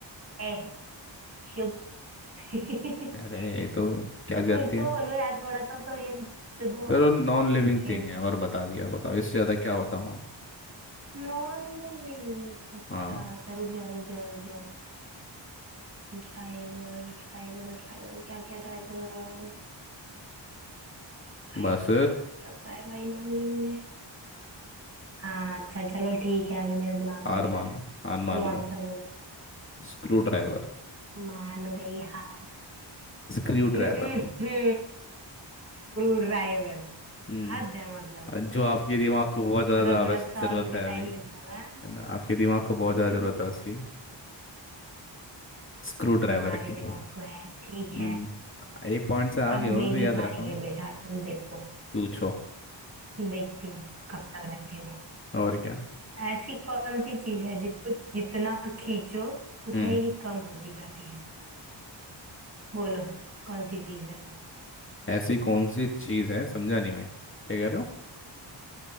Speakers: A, on the right (about 35°); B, on the left (about 25°).
A: ए शिव <laughs>
B: अरे ये तो क्या जाती
A: कुछ तो
B: है
A: बोलो यार थोड़ा सा तो हिंट दो
B: चलो नॉन लिविंग
A: हिंट
B: थिंग है और बता दिया बताओ इससे ज्यादा क्या बताऊं अब
A: नॉन लिविंग अच्छा
B: हाँ
A: अच्छा रुक जाओ रुक जाओ रुक जाओ ड्राइवर ड्राइवर ड्राइवर क्या क्या ड्राइवर ड्राइवर
B: बस
A: कौन हो सकता है भाई नॉन लिविंग में हाँ अच्छा चलो ठीक है अभी मेरे दिमाग
B: हार
A: में नहीं आ
B: मानो
A: रहा है
B: हार
A: चलो
B: मान
A: आंसर
B: लो
A: बोलो
B: Screw driver
A: मान गई हाँ
B: Screw
A: Screw
B: driver
A: driver
B: हम्म
A: हद है मतलब
B: और जो आपके दिमाग को बहुत ज्यादा
A: अगर थोड़ा
B: आवश्यक
A: सा
B: जरूरत
A: और मुझे
B: है
A: टाइम
B: अभी है
A: मिलता ना
B: ना आपके दिमाग को बहुत
A: <laughs>
B: ज्यादा जरूरत है उसकी स्क्रू
A: तुम्हारे
B: ड्राइवर की
A: दिमाग को है ठीक
B: हम्म
A: है
B: एक पॉइंट से आगे
A: अब
B: हो
A: मेरी
B: अभी भी याद
A: बारी
B: रखा हूँ
A: है बेटा तुम देखो
B: पूछो
A: देखती हूँ कब तक रहती हो
B: और क्या
A: ऐसी कौन सी चीज है जिसको जितना खींचो उतनी
B: हम्म
A: ही कम होती जाती है बोलो कौन सी चीज है वो
B: ऐसी कौन सी चीज है समझा नहीं मैं क्या कह रहे हो